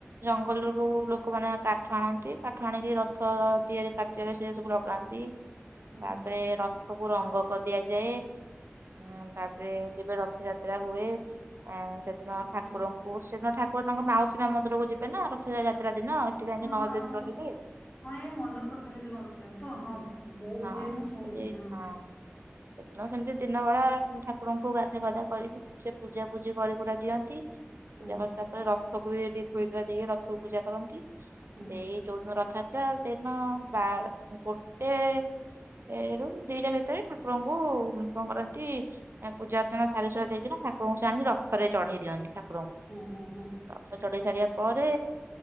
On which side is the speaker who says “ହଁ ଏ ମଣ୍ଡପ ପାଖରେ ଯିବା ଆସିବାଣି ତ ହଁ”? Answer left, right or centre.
Left